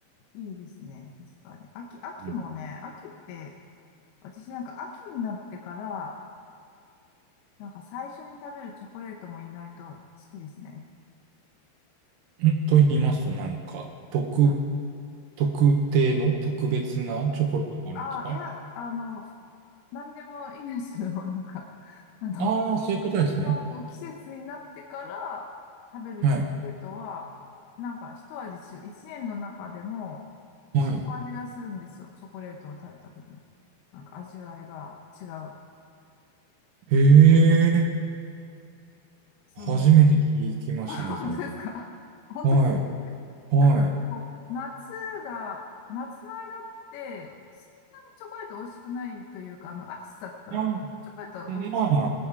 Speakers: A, on the left (about 85°); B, on the right (about 70°).
A: いいですね。確かに。秋、秋もね、
B: うん
A: 秋って、私なんか秋になってから、なんか最初に食べるチョコレートも意外と好きですね。
B: んと言いますと、なんか、特、
A: はい
B: 特定の特別なチョコレートがあるんですか
A: ああ、いや、あの、何でもいいんですけど、<laughs> なんか、あの、
B: ああー、そういうことですね。
A: 秋のこう季節になってから食べるチョコレートは、
B: はい。
A: なんか一味違う、一年の中でも
B: はい。
A: 違う味がするんですよ。チョコレートを食べた時に。なんか味わいが違う。
B: へえ、
A: その、
B: 初めて聞きましたね、
A: <laughs> あ、
B: それ。
A: 本当ですか本当ですか
B: はい。はい。
A: なんだろう、こう、夏が、夏の間って、そんなにチョコレート美味しくないというか、あの、暑さだったら、
B: まあ、
A: チョコレートは
B: まあ、